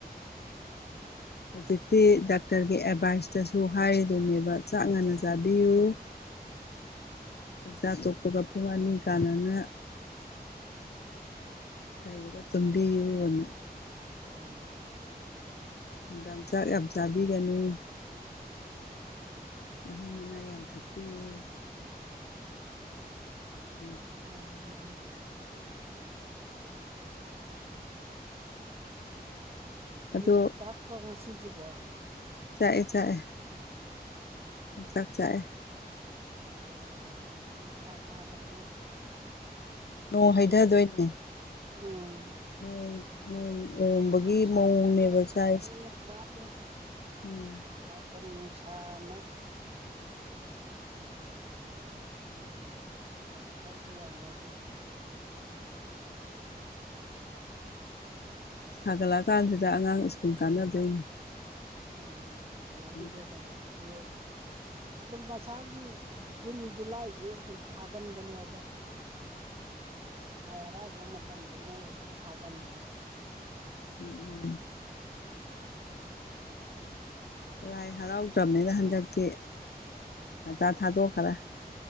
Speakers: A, on the left (about 80°); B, on the right (about 35°).
A: ꯍꯧꯖꯤꯛꯇꯤ ꯗꯥꯛꯇꯔꯒꯤ ꯑꯦꯗꯚꯥꯏꯁꯇꯁꯨ ꯍꯥꯏꯔꯤꯗꯨꯅꯦꯕ ꯆꯥꯛ ꯉꯟꯅ ꯆꯥꯕꯤꯌꯨ
B: <unintelligible>
A: ꯆꯥꯛꯆꯥ ꯇꯣꯛꯄꯒ ꯄꯨꯡ ꯑꯅꯤ ꯀꯥꯟꯅꯅ ꯂꯩꯔꯒ ꯇꯨꯝꯕꯤꯌꯨꯅ
B: ꯑꯥꯎ
A: ꯅꯨꯡꯗꯥꯡ ꯆꯥꯛ ꯌꯥꯝ ꯆꯥꯕꯤꯒꯅꯨ ꯃꯍꯤ ꯃꯅꯥꯏ ꯌꯥꯝ ꯊꯛꯄꯤꯌꯨ <unintelligible>
B: ꯃꯥꯅꯤ ꯃꯥꯅꯤ ꯑꯣꯝꯆꯥꯛ
A: ꯑꯗꯣ
B: ꯆꯥꯛꯇ꯭ꯔꯣ ꯉꯁꯤꯁꯤꯕꯣ
A: ꯆꯥꯛꯑꯦ ꯆꯥꯛꯑꯦ ꯑꯣꯝꯆꯥꯛ ꯆꯥꯛꯑꯦ
B: ꯎꯝ ꯑꯣꯝꯆꯥꯛ ꯆꯥꯛꯑꯦ ꯍꯥꯏꯕ ꯅꯨꯡꯁꯥ ꯁꯥꯗ꯭ꯔꯁꯨ
A: ꯅꯣꯡ ꯍꯩꯊꯗꯣꯏꯅꯦ
B: <unintelligible> ꯎꯝ
A: ꯅꯣꯡ ꯅꯣꯡ ꯑꯣꯝꯕꯒꯤ
B: ꯌꯥꯝ ꯁꯥꯗꯧꯕ
A: ꯃꯑꯣꯡꯅꯦꯕ ꯆꯥꯛꯏꯁꯦ
B: <unintelligible>
A: ꯎꯝ
B: ꯂꯥꯡꯕꯟ ꯅꯨꯡꯁꯥꯅ ꯁꯥꯒꯗꯧꯕ ꯌꯥꯝ ꯋꯥꯠꯂꯤ
A: ꯁꯥꯒꯠꯂꯛꯑ ꯀꯥꯟꯁꯤꯗ ꯑꯉꯥꯡ ꯁ꯭ꯀꯨꯜ ꯀꯥꯅꯗꯣꯏꯅꯤ
B: ꯎꯝ ꯁꯃꯔ ꯕꯤꯀꯦꯁꯟꯗꯤ
A: ꯇꯧꯔꯤꯁꯦ
B: ꯑꯗꯨꯝ ꯃꯁꯥꯒꯤ ꯖꯨꯟ ꯖꯨꯂꯥꯏꯁꯦ ꯑꯗꯨꯝ ꯊꯥꯒꯟꯕꯅꯦ ꯑꯗꯣ ꯂꯥꯏ ꯍꯔꯥꯎꯕ ꯃꯇꯝꯁꯦ ꯃꯣꯏ ꯑꯗꯨꯝ ꯊꯥꯒꯟꯕꯅꯤ
A: ꯎꯝ ꯎꯝ ꯂꯥꯏ ꯍꯔꯥꯎꯗ꯭ꯔꯕꯅꯤꯅ ꯍꯟꯗꯛꯇꯤ ꯉꯟꯇꯥ ꯊꯥꯗꯣꯛꯈ꯭ꯔꯦ